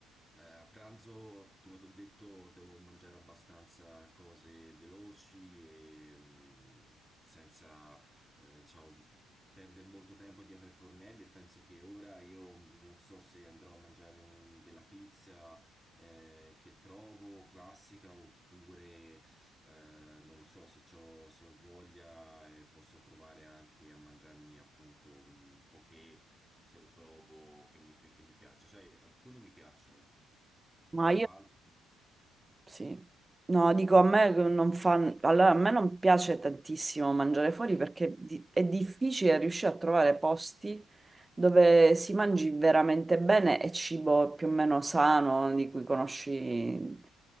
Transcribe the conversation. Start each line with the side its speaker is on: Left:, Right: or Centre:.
Centre: eh, a pranzo, come ti ho detto, devo mangiare abbastanza cose veloci e mh, senza, eh, diciamo, perdere molto tempo dietro ai fornelli. E penso che ora io non so se andrò a mangiare un- della pizza, eh, che trovo classica oppure. Eh, non lo so se c'ho- se ho voglia e posso provare anche a mangiarmi appunto un poké se lo trovo che mi, pi- che mi piace. Sai, alcuni mi piacciono,
Right: Ma
Centre: però
Right: io
Centre: altri
Right: Sì. No, dico a me non fa... Allora, a me non piace tantissimo mangiare fuori perché di- è difficile riuscire a trovare posti dove si mangi veramente bene e cibo più o meno sano, di cui conosci